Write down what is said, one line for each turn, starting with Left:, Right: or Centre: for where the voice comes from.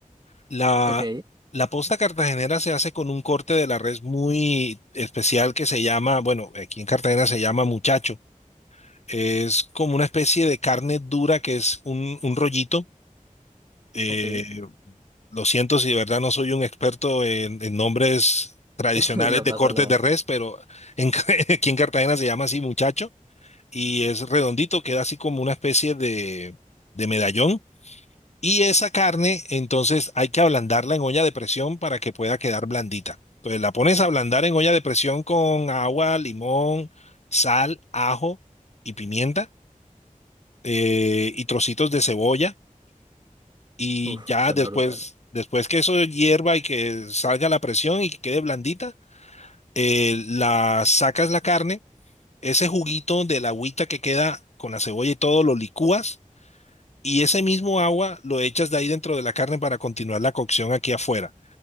Left: La,
Right: ok,
Left: la posta cartagenera se hace con un corte de la res muy especial que se llama, bueno, aquí en Cartagena se llama muchacho. Es como una especie de carne dura que es un, un rollito. Eh,
Right: ok,
Left: Lo siento si de verdad no soy un experto en, en nombres tradicionales
Right: <laughs> no
Left: de
Right: pasa
Left: cortes
Right: nada.
Left: de res, pero en <laughs> aquí en Cartagena se llama así muchacho y es redondito, queda así como una especie de, de medallón. Y esa carne, entonces hay que ablandarla en olla de presión para que pueda quedar blandita. Entonces la pones a ablandar en olla de presión con agua, limón, sal, ajo y pimienta eh, y trocitos de cebolla y
Right: Uf,
Left: ya
Right: suena
Left: después,
Right: brutal.
Left: después que eso hierva y que salga la presión y que quede blandita, eh, la sacas la carne, ese juguito de la agüita que queda con la cebolla y todo lo licúas y ese mismo agua lo echas de ahí dentro de la carne para continuar la cocción aquí afuera.